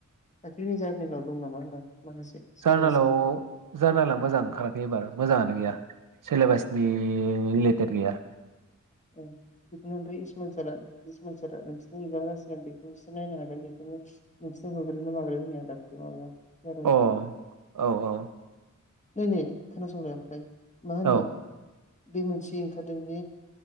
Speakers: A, on the left; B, on the right.
A: दा क्लिनि जारनिेलाव दं नामा होनदां माखासे सोरबा
B: जार्नेलाव
A: सोंदो
B: जार्नाला मोजां ओंखाराखै एबार मोजाङानो गैया सिलेबासनि <unintelligible>
A: ओं बेखौनो ओफ्राय इसमल सारा इसमल सारा नोंसिनि इगजाम जासिगोन बेखौ एसे नायनो हागोन बेखौनो नोंसोरनो होग्रोनो माग्रोनो होननाया दाख्लै माबायाव जार्निलाव
B: अ औ औ
A: नै नै खोनासंलाय ओमफ्राय! मा होनो
B: औ
A: बे मोनसे ओंखारदों जे